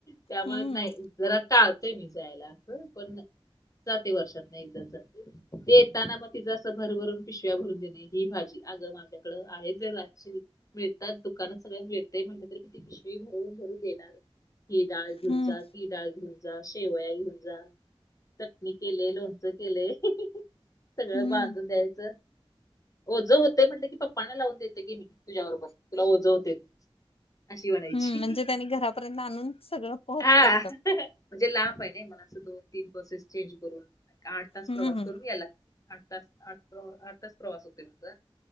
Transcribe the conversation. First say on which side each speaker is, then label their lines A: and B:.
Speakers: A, on the left (about 35°); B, on the left (about 70°).
A: त्यामुळे
B: हम्म
A: नाही जरा टाळतोय मी जायला असं, पण जाते वर्षात नाही एकदा. जाते ते येताना मग तिचा अस भर -भरून पिशव्या भरून देणे ही भाजी, अगं माझ्याकडं आहे जराशी. मिळतात दुकानं सगळ मिळतात. ते म्हटले तर किती पिशवी भरवून भरून देणार, ही डाळ घेऊन
B: हम्म
A: जा ती डाळ घेऊन जा, शेवया घेऊन जा, चटणी केले, लोणच केलेय, सगळं
B: हम्म
A: बांधून द्यायचं. ओझं होतय म्हटलं की पप्पना लावून देते की मी, तुझ्याबरोबर तुला ओझं होते. अशी म्हणायची
B: हम्म, म्हणजे त्यांनी घरापर्यंत आणून सगळं पोहोच
A: हा
B: करतात
A: म्हणजे लांब आहे ना, मला असं दोन तीन बसेस चेंज करून. आठ तास
B: हम्म
A: प्रवास करून या लागते. आठ तास, आठ -आठ तास प्रवास होतो माझा.